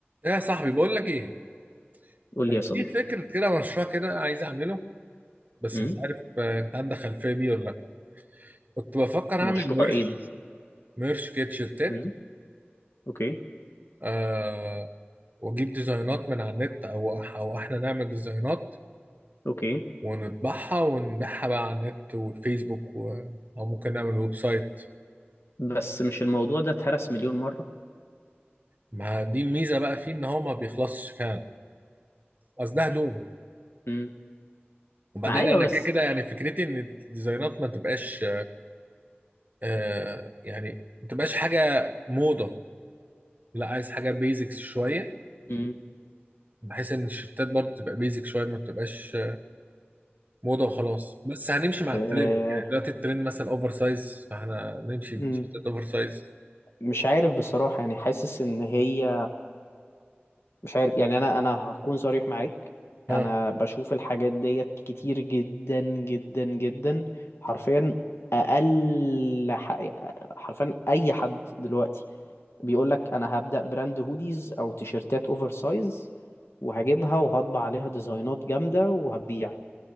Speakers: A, on the right; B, on the left.
A: ايه يا صاحبي بقول لك ايه
B: قول
A: كان
B: لي يا
A: في
B: صديقي
A: فكره كده مشروع كده عايز اعمله بس
B: امم
A: مش عارف آه، انت عندك خلفيه بيه ولا لا كنت بفكر اعمل
B: مشروع
A: ميرش
B: ايه ده
A: ميرش كده تيشيرتات
B: امم اوكي
A: آه واجيب ديزاينات من على النت او او احنا نعمل ديزاينات
B: اوكي
A: ونطبعها ونبيعها بقى على النت والفيسبوك و... او ممكن نعمل ويب سايت
B: بس مش الموضوع ده اتهرس مليون مرة
A: ما دي الميزه بقى فيه ان هو ما بيخلصش فعلا اصل ده هدوم
B: امم
A: وبعدين
B: ما ايوه
A: انا
B: بس
A: كده كده يعني فكرتي ان الديزاينات ما تبقاش آه يعني ما تبقاش حاجه موضه لا عايز حاجه بيزكس شويه
B: امم
A: بحيث ان الشتات برضه تبقى بيزك شويه ما تبقاش موضه وخلاص بس هنمشي مع
B: آه،
A: الترند يعني دلوقتي الترند مثلا اوفر سايز فاحنا نمشي
B: مم.
A: بشتات اوفر سايز
B: مش عارف بصراحة يعني حاسس ان هي مش عارف يعني انا انا هكون صريح معاك
A: ها
B: انا بشوف الحاجات ديت كتير جدا جدا جدا حرفيا اقل ح- حرفيا اي حد دلوقتي بيقول لك انا هبدأ براند هوديز او تيشرتات اوفر سايز وهجيبها وهطبع عليها ديزاينات جامدة وهبيع